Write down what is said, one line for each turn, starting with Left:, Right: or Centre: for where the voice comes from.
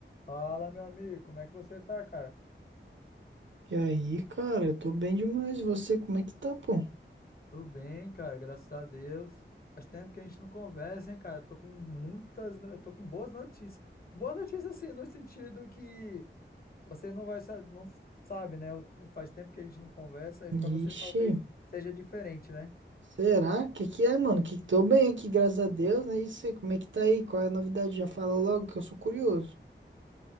Left: Fala, meu amigo, como é que você tá, cara?
Right: E aí, cara, eu tô bem demais. E você, como é que tá, pô?
Left: Tudo bem, cara, graças a Deus. Faz tempo que a gente não conversa, hein, cara? Eu tô com muitas, eu tô com boas notícias. Boas notícias, assim, no sentido que você não vai, sa- não sabe, né? Eu- Faz tempo que a gente não conversa e pra você
Right: Ixi,
Left: talvez seja diferente, né?
Right: será? Que que é, mano? Que que tô bem aqui, graças a Deus, né? E você, como é que tá aí? Qual é a novidade? Já fala logo que eu sou curioso.